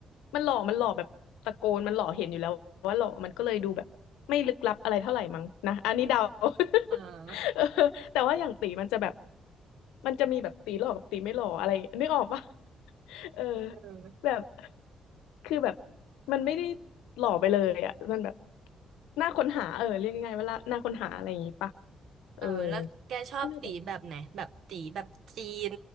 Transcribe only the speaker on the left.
มันหล่อมันหล่อแบบตะโกนมันหล่อเห็นอยู่แล้วว่าหล่อมันก็เลยดูแบบไม่ลึกลับอะไรเท่าไหร่มั้งนะอันนี้เดา <laughs>
เออแต่ว่าอย่างตีมันจะแบบมันจะมีแบบตีหล่อกับตีไม่หล่ออะไรนึกออกปะ <laughs> เออ
แบบคือแบบมันไม่ได้หล่อไปเลยอ่ะมันแบบน่าค้นหาเออเรียกง่ายๆว่าน่าค้นหาอะไรอย่างงี้ปะเออ
ก็เลยแบบ